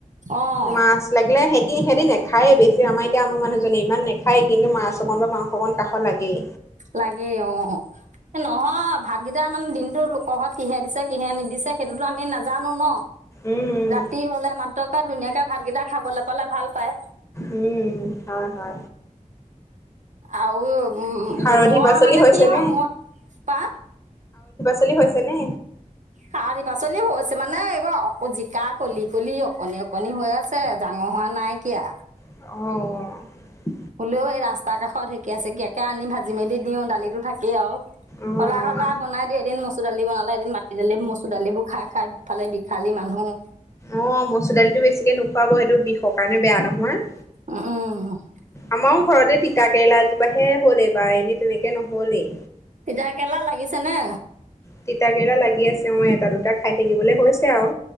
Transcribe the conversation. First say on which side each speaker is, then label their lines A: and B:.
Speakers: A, on the right; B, on the left.
A: অঁ
B: মাছ লাগিলে সেই কি সিহঁতি নেখায়েই বেছি আমাৰ এতিয়া আমাৰ মানুহজনে ইমান নেখায়েই কিন্তু মাছ অকণ বা মাংস অকণ কাষত লাগেই।
A: লাগেই অ', এ নহয় ভাতকেইটা মানে দিনটো লোকৰ ঘৰত কিহে দিছে কিহে নিদিছে সেইটোতো আমি নাজানো ন।
B: উম,
A: ৰাতি হ'লে মাত্ৰকে ধুনীয়াকে ভাতকেইটা খাবলৈ পালে ভাল পায়।
B: উম, উম, হয় হয়।
A: আও উ
B: খাৰধি
A: মই
B: পাচলি
A: মানে
B: হৈছে
A: কি হয়
B: নে?
A: ম, পা
B: চলি হৈছে নে।
A: সাৰধি পাচলি হৈছে মানে এইবাৰ জিকা কলি কলি অকনি- অকনি হৈ আছে, ডাঙৰ হোৱা নাইকিয়া।
B: অ'
A: হ'লেও এই ৰাস্তাৰ কাষত ঢেকীয়া চেকীয়াকে আনি ভাজি মেলি দিওঁ, দালিটো থাকেই আৰু।
B: অ',
A: শলাই-শলাই বনাই দিও, এদিন মচুৰ দালি বনালে এদিন মাটি দালি মচুৰ দালিবোৰ খাই- খাই ফালে বিখালী মানুহ।
B: অ' মচুৰ দালিটো বেছিকে নোখোৱাব, সেইটো বিষৰ কাৰণে বেয়া নহয়।
A: <unintelligible>
B: আমাৰো ঘৰতে তিতা কেৰেলা এজোপা হে হ'ল এইবাৰ, এনেই তেনেকে নহ'লেই।
A: এতিয়া কেলা লাগিছে নে?
B: তিতাকেৰেলা লাগি আছে অহ এটা দুটা খাই থাকিবলে হৈছে আৰু।